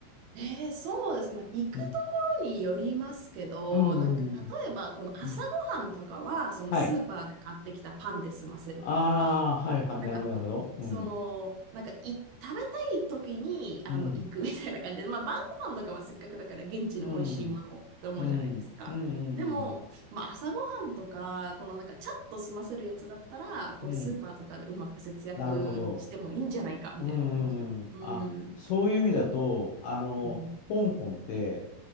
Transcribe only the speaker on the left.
うん。うんうんうん
うん。
はい。ああ、はいはい。
なるほど、なるほど。うん。
うん。
うん。うん。うん。う
ん。
うん。うんなるほど。うんうんうん。
あ、そういう意味だと、あの、
香港って、